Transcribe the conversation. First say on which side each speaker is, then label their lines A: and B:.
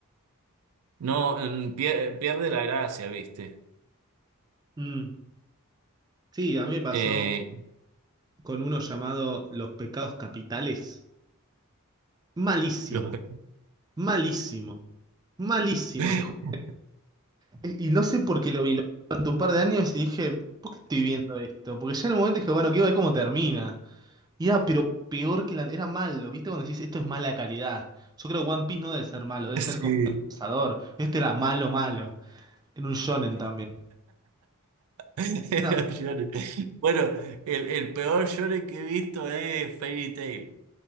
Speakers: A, on the right; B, on the right.
A: No, en- pier- pierde la gracia, ¿viste?
B: Mm. Sí, a mí me pasó
A: Eh,
B: con uno llamado Los pecados capitales. Malísimo,
A: los pe-
B: malísimo, malísimo,
A: <laughs>
B: te juro. Y y no sé por qué lo vi, lo vi durante un par de años y dije, ¿por qué estoy viendo esto? Porque ya en un momento dije, bueno, quiero ver cómo termina. Y era, pero peor que la... Era malo, ¿viste? Cuando decís, esto es mala calidad. Yo creo que One Piece no debe ser malo, debe
A: Sí.
B: ser compensador. Este era malo, malo. Era un shonen también.
A: <laughs>
B: Era...
A: Los Bueno, el, el peor shonen que he visto es Fairy Tail.